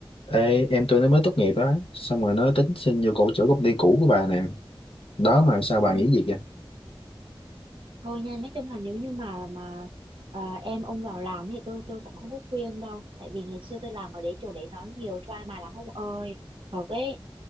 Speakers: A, on the left; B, on the right.
A: Ê, em tôi nó mới tốt nghiệp á xong rồi nó tính xin vô cổ chỗ công ty cũ của bà nè đó mà sao bà
B: Ừ.
A: nghĩ gì vậy
B: Thôi nha, nói chung là nếu như mà mà à, em ông vào làm thì tôi tôi cũng không có khuyên đâu, tại vì ngày xưa tôi làm ở đấy chỗ đấy nó nhiều drama lắm ông ơi, thật ấy.